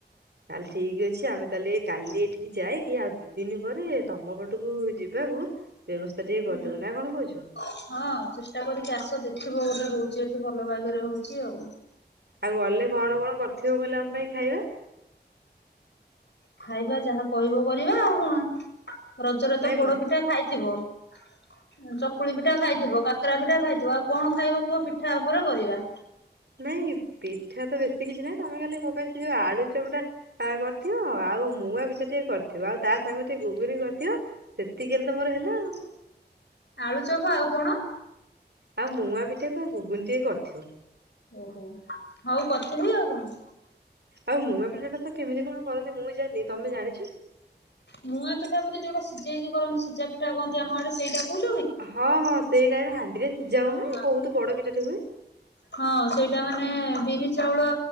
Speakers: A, on the right; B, on the left.
A: ତାହେଲେ ଠିକ୍ ଅଛି ଆମେ ତାହେଲେ କାଲି ଏଠିକି ଯାଇକି ଆଉ ଦି ଦିନି ପରେ ତମ ପଟକୁ ଯିବାକୁ ବ୍ୟବସ୍ଥା ଟିକେ
B: ହୁଁ
A: କରିଦବୁ ନା କଣ କହୁଚୁ?
B: ହଁ ଚେଷ୍ଟା କରିକି ଆସ ଦେଖିବ ଗୋଟେ ହଉଚି ଏଠି ଭଲ ଭାଗରେ ହଉଚି ଆଉ।
A: ଆଉ ଗଲେ କଣ କଣ କରିଥିବୁ କହିଲେ ଆମ ପାଇଁ ଖାଇବା?
B: ଖାଇବା ଯାହା କହିବ କରିବା ଆଉ କଣ ରଜରେ ତ
A: ନାଇଁ
B: ପୋଡ
A: ମ-
B: ପିଠା ଖାଇଥିବ? ହ <inaudible> ଚକୁଳି ପିଠା ଖାଇଥିବ କାକରା ପିଠା ଖାଇଥିବ ଆଉ କଣ ଖାଇବ କୁହ ପିଠା ଉପରେ କରିବା।
A: ନାଇଁ ପିଠା ତ ବେଶୀ କିଛି ନାାଇଁ ତମେ ଖାଲି ମୋ ପାଇଁ ସେ ଯୋଉ ଆଳୁଚପ୍ ଟା ଆ କରିଥିବ ଆଉ ମୁୂଆଁ ପିଠା ଟିକେ କରିଥିବ ଆଉ ତା ସାଙ୍ଗକୁ ଟିକେ ଘୁଗୁନି କରିଥିବ ସେତିକି ରେ ତ ମୋର ହେଲା ଆଉ।
B: ଆଳୁଚପ୍ ଆଉ କଣ?
A: ଆଉ ମୁୂଆଁ ପିଠା କ ଆ ଘୁଗୁନି ଦେଇ କରିଥିବ।
B: ଓହୋ ହଉ କରିଥିବିଁ ଆଉ କଣ।
A: ଆଉ ମୁଁ ପିଠା ଟା ତ କେମିତି କଣ କରନ୍ତି ମୁଁ ଜାଣିନି ତମେ ଜାଣିଛ କି?
B: ମୁଆଁ ପିଠା ବୋଧେ ଯୋଉଟା ସିଜେଇକି କରନ୍ତିି ସିଜାପିଠା କହନ୍ତି ଆମ ଆଡେ ସେଇଟାକୁ କହୁଚୁ
A: ହଁ ହଁ ସେଇଟାରେ ହାଣ୍ଡି ରେ ସିଜା ହୁଏ
B: ହଁ
A: ବହୁତ୍ ବଡ ପିଠା ଟେ ହୁଏ।
B: ହଁ ସେଇଟା ମାନେ ବିରି ଚାଉଳ